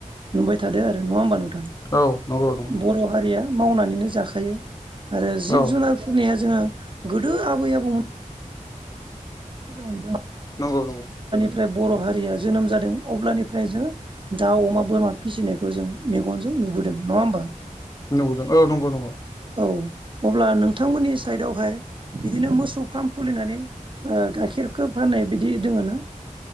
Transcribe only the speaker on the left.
औ नंगौ नंगौ
औ
नंगौ नंगौ
नंगौदों औ नंगौ नंगौ